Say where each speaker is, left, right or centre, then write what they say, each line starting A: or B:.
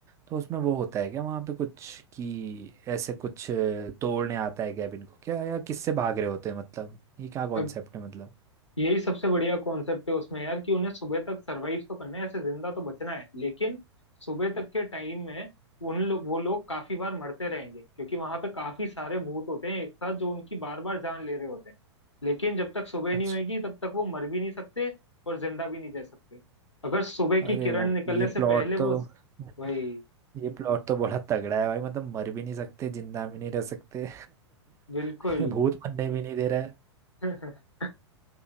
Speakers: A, on the right; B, on the left.
A: तो उसमें वो होता है क्या वहाँ पे कुछ कि ऐसे कुछ अ, तोड़ने आता है कैबिन को क्या या किससे भाग रहे होते हैं मतलब ये क्या कॉन्सेप्ट
B: वो
A: है मतलब
B: यही सबसे बढ़िया कॉन्सेप्ट है उसमें यार कि उन्हें सुबह तक सरवाइव तो करना है ऐसे जिंदा तो बचना है लेकिन सुबह तक के टाइम में उन लोग वो लोग काफी बार मरते रहेंगे क्योंकि वहां पे काफी सारे भूत होते हैं एक साथ जो उनकी बार बार जान ले रहे होते हैं लेकिन जब तक सुबह
A: अच्छा
B: नहीं होगी तब तक वो मर भी नहीं सकते और जिंदा भी नहीं रह सकते अगर सुबह की
A: अरे
B: किरण
A: भाई
B: निकलने
A: ये
B: से
A: प्लॉट
B: पहले
A: तो
B: वो
A: <laughs>
B: वही
A: ये प्लॉट तो बड़ा तगड़ा है भाई मतलब मर भी नहीं सकते जिंदा भी नहीं रह सकते
B: बिल्कुल
A: <laughs> भूत बनने भी नहीं दे रहा है
B: <laughs>